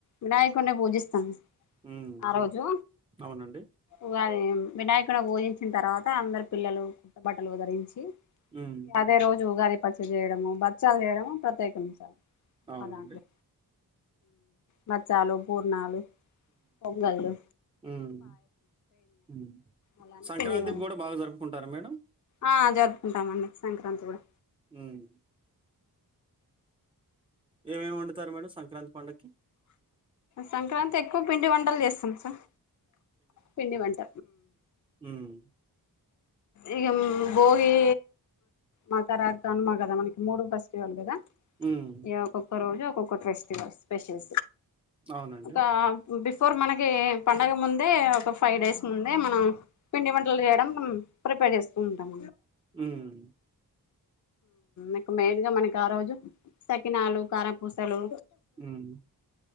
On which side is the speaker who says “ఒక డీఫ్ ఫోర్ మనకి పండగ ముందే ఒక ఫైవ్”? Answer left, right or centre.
Left